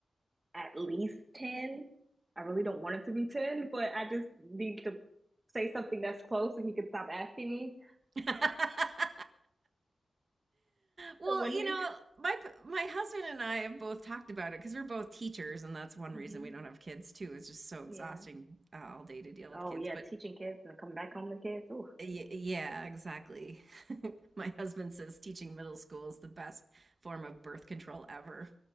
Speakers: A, on the right; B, on the right.
A: at least 10. I really don't want it to be 10, but I just need to say something that's close so he could stop asking me.
B: <laughs> Well,
A: So when
B: you
A: he,
B: know, my p- my husband and I have both talked about it because we're both teachers, and that's one
A: Mhm.
B: reason we don't have kids too. It's just so
A: yeah.
B: exhausting uh, all day to deal with
A: Oh,
B: kids.
A: yeah,
B: But
A: teaching kids and coming back home to kids. Ooh.
B: y yeah, exactly. <laughs> My husband says teaching middle school is the best form of birth control ever.